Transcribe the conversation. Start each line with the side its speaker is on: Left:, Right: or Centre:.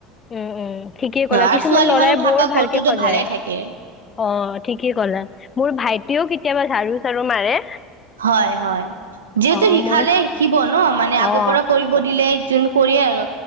Left: উম উম ঠিকেই কলা,
Right: আৰু
Left: কিছুমান
Right: ছোৱালী
Left: ল'ৰাই
Right: মানুহ
Left: বৰ
Right: থাকা
Left: ভালকে
Right: ঘৰটোতো
Left: সজায়,
Right: ভালে থাকে
Left: অঁ। ঠিকেই ক'লা, মোৰ ভাইটিয়েও কেতিয়াবা ঝাৰু চাৰু মাৰে।
Right: হয় হয়, যিহেতু
Left: অ
Right: শিখালে
Left: মই
Right: শিকিব ন মানে আগৰ
Left: অ
Right: পৰা কৰিব দিলে যোন কৰি আৰু,